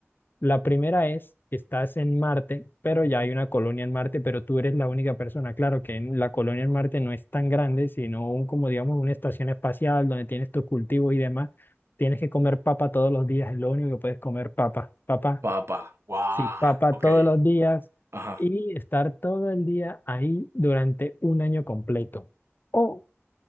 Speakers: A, on the left; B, on the right.
A: La primera es, estás en Marte, pero ya hay una colonia en Marte, pero tú eres la única persona. Claro que en- la colonia en Marte no es tan grande, sino un- como digamos una estación espacial donde tienes tus cultivos y demás. Tienes que comer papa todos los días, es lo único que puedes comer papa, papa,
B: Papa. Guau.
A: sí, papa
B: Ok.
A: todos los días
B: Ajá.
A: y estar todo el día ahí durante un año completo. O,